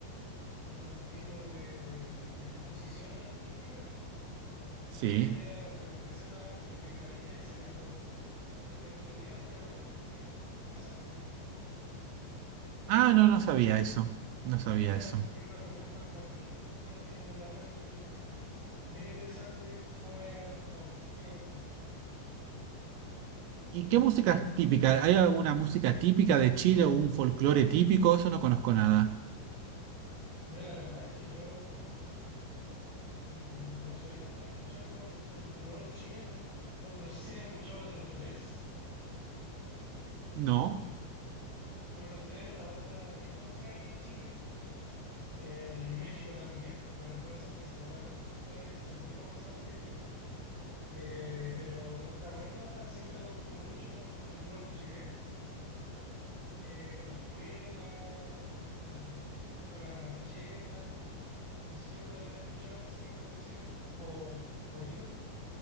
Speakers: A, in the centre; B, on the right (about 80°).
A: como un tipo de, de exposición artística
B: Sí.
A: donde ella representa lo que para ella es el amor. Que el otro día lo fui a ver, es bien interesante.
B: Ah, no, no sabía eso. No
A: Sí,
B: sabía
A: tiene una,
B: eso.
A: tiene una propuesta como artística también, Mon Laferte, bien, bien interesante cómo es ar- artísticamente.
B: ¿Y qué música es típica? ¿Hay alguna música típica de Chile o un folclore típico? Eso no conozco nada.
A: Mira, la verdad es que yo no soy tanto de escuchar como el folclore chileno. Bueno, no sé si has escuchado de Los Tres.
B: No.
A: Bueno, Los Tres es una banda bien conocida aquí en Chile eh, y en México también. Por alguna razón, casi todas las bandas de iglesias son muy famosas en México. Eh, pero esta banda siempre adoptó mucho como el folclore chileno eh, con las cuecas, con, con las rancheras, No sé si alguna vez has escuchado ese tipo de música o oído